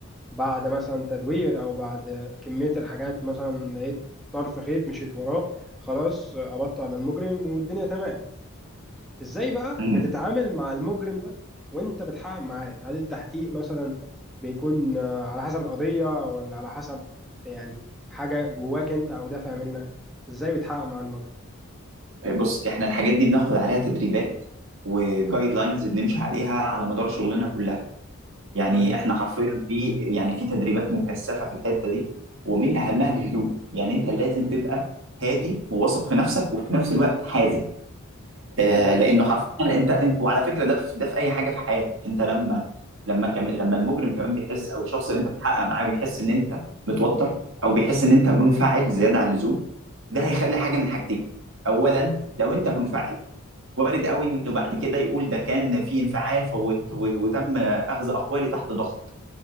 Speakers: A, in the centre; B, on the right.
A: بعد مثلا تدوير او بعد كميه الحاجات مثلا لقيت طرف خيط مشيت وراه خلاص آه، قبضت على المجرم والدنيا تمام ازاي بقى
B: مم.
A: بتتعامل مع المجرم ده وانت بتحقق معاه هل التحقيق مثلا بيكون آه، على حسب القضيه ولا على حسب يعني حاجه جواك انت او دافع منك ازاي بتحقق مع المجرم
B: بص احنا الحاجات دي بناخد عليها تدريبات وجايد لاينز بنمشي عليها على مدار شغلنا كلها يعني
A: تمام
B: احنا حرفيا في يعني في تدريبات مكثفه في الحته دي ومن اهمها الهدوء يعني انت لازم تبقى هادي وواثق في نفسك وفي نفس الوقت حازم آه
A: جامد
B: لانه حرفيا انت انت وعلى فكره ده في ده في اي حاجه في حياتك انت لما لما كم لما المجرم كمان بيحس او الشخص اللي انت بتحقق معاه بيحس ان انت متوتر او بيحس ان انت منفعل زياده عن اللزوم ده هيخلي
A: مهم.
B: حاجه من حاجتين اولا لو انت منفعل وارد قوي انه بعد كده يقول ده كان في انفعال فوت وتم اخذ اقوالي تحت ضغط